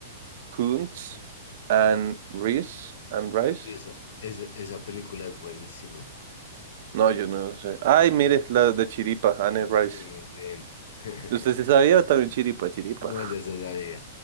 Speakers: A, on the right; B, on the left.
A: Koontz, Anne Rice, Anne Rice.
B: uy, esa, esa, esa película es buenísima.
A: No, yo no sé. Ay, mire, la de Chiripa, Anne
B: La
A: Rice.
B: tuvimos bien. <laughs>
A: ¿Usted se sabía también Chiripa, Chiripa?
B: No, ya se sabía.